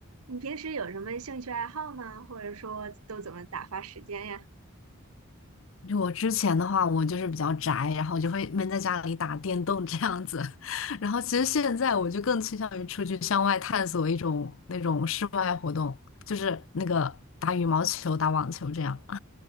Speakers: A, on the right (about 85°); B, on the left (about 65°).
A: 你平时有什么兴趣爱好吗？或者说都怎么打发时间呀？
B: 就我之前的话，我就是比较宅，然后就会闷在家里打电动这样子。<laughs> 然后其实现在我就更倾向于出去向外探索一种那种室外活动，就是那个打羽毛球、打网球这样。